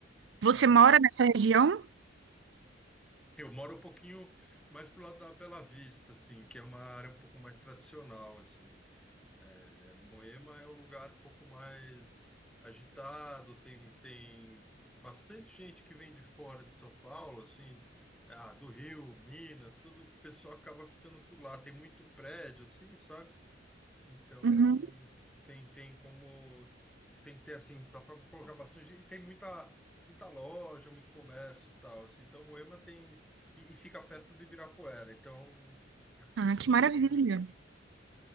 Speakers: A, on the right (about 75°); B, in the centre.
A: Você
B: Ah,
A: mora
B: então.
A: nessa região?
B: Eu moro um pouquinho mais pro lado da Bela Vista, assim, que é uma área um pouco mais tradicional, assim. É, Moema é um lugar um pouco mais agitado, tem, tem bastante gente que vem de fora de São Paulo, assim, ah, do Rio, Minas, tudo, o pessoal acaba ficando por lá. Tem muito prédio, assim, sabe? Então,
A: Uhum.
B: tem, tem como, tem que ter assim, dá para colocar bastante, e tem muita, muita loja, muito comércio e tal, assim. Então, Moema tem, e, e fica perto do Ibirapuera, então as pessoas
A: Ah, que maravilha.
B: acabam,